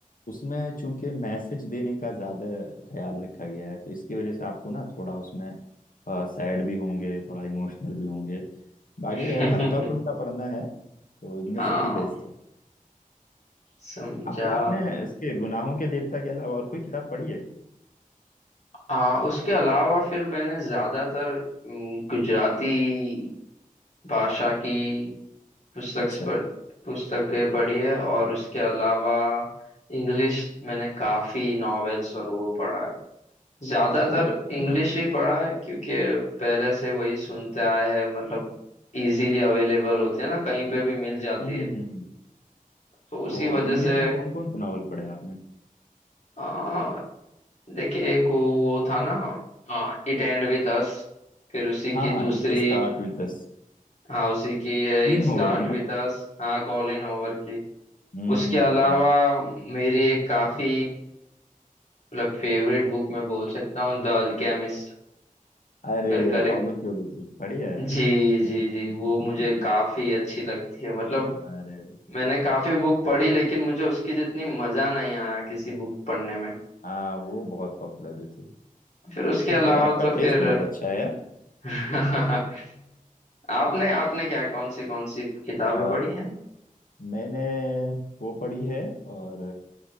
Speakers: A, on the left; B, on the left.
A: उसमें चूंकि मैसेज देने का ज्यादा ख्याल रखा गया है तो इसकी वजह से आपको ना थोड़ा उसमें सैड भी होंगे थोड़ा इमोशनल भी होंगे बाकी
B: <laughs>
A: अगर हल्का फुल्का पढ़ना है तो इब्ने
B: हाँ
A: सफी बेस्ट है
B: समझा
A: आपके आपने इसके गुनाहों के देवता के अलावा और कोई किताब पढ़ी है
B: आ, उसके अलावा फिर मैंने ज्यादातर हम्म, गुजराती भाषा की पुस्तक
A: अच्छा
B: पढ़ पुस्तकें पढ़ी है और उसके अलावा इंग्लिश मैंने काफी नॉवेल्स और वो पढ़ा है ज्यादातर
A: ओके
B: इंग्लिश
A: हम्म
B: ही पढ़ा है क्योंकि पहले से वही सुनते आए हैं मतलब इजीली अवेलेबल होते हैं ना कहीं पे भी मिल जाती
A: हम्म हम्म
B: है
A: हम्म।
B: तो उसी
A: तो
B: वजह
A: इंग्लिश
B: से
A: में कौन कौन से नॉवल पढ़े आपने
B: आ, देखिए एक वो वो था ना आ, इट एंड विथ अस फिर उसी
A: हाँ
B: की
A: हाँ
B: दूसरी
A: it start with us
B: हाँ उसी की है
A: Colleen
B: इट स्टार्ट
A: Hoover की ना
B: विथ अस हाँ कॉलिन हॉवर की
A: हम्म
B: उसके अलावा मेरी एक काफी मतलब फेवरेट बुक मैं बोल सकता हूँ द अल्केमिस्ट
A: अरे
B: कर कर
A: पाउलो क्योलो की बढ़िया है
B: जी जी जी
A: <laughs>
B: वो मुझे काफी अच्छी लगती है मतलब
A: अरे
B: मैंने काफी बुक पढ़ी लेकिन मुझे उसकी जितनी मजा नहीं आया किसी बुक पढ़ने में
A: हाँ वो बहुत पॉपुलर हुई थी
B: फिर उसके
A: ये तो
B: अलावा
A: फिर आपका
B: तो
A: टेस्ट
B: फिर
A: बहुत अच्छा है यार
B: <laughs> आपने आपने क्या कौन सी कौन सी किताबें
A: अ,
B: पढ़ी हैं
A: मैंने वो पढ़ी है और